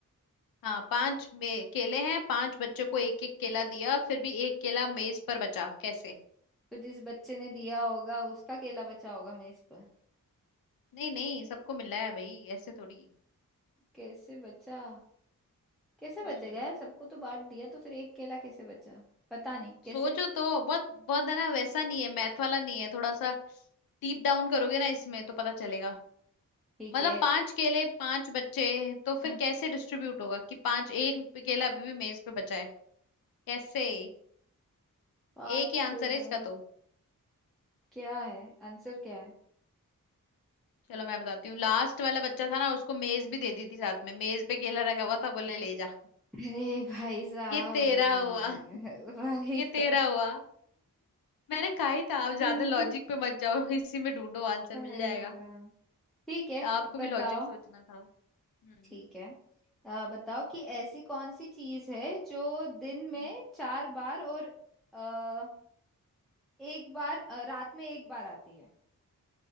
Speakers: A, on the left (about 85°); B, in the centre.
A: हाँ पांच मे- केले हैं पांच बच्चों को एक एक केला दिया फिर भी एक केला मेज पर बचा कैसे
B: तो जिस बच्चे ने दिया होगा उसका केला बचा होगा मेज पर
A: नहीं नहीं सबको मिल रहा है भाई ऐसे थोड़ी
B: कैसे बचा कैसे
A: हम्म
B: बचेगा यार सबको तो बांट दिया तो फिर एक केला कैसे बचा पता नहीं कैसे
A: सोचो तो बहुत बहुत है ना वैसा नहीं है मैथ वाला नहीं है थोड़ा सा डीप डाउन करोगे ना इसमें तो पता चलेगा
B: ठीक
A: मतलब
B: है
A: पांच केले पांच बच्चे तो फिर
B: हम्म
A: कैसे डिस्ट्रीब्यूट होगा कि पांच एक केला अभी भी मेज पे बचा है कैसे
B: पाँच
A: एक ही आंसर
B: केला
A: है इसका तो
B: क्या है आंसर क्या है
A: चलो मैं बताती हूँ लास्ट वाला बच्चा था ना उसको मेज भी दे दी थी साथ में मेज पे केला रखा हुआ था बोले ले जा
B: अरे भाई साहब
A: ये तेरा हुआ
B: <laughs> भाई
A: ये
B: साहब
A: तेरा हुआ मैंने कहा ही था आप ज्यादा
B: अरे
A: लॉजिक पे मत जाओ इसी में ढूंढो आंसर
B: भगवान
A: मिल जाएगा
B: ठीक है
A: आपको
B: बताओ
A: भी लॉजिक सोचना था हम्म
B: ठीक है आ, बताओ कि ऐसी कौन सी चीज है जो दिन में
A: हम्म।
B: चार बार और आ, एक बार अ, रात में एक बार आती है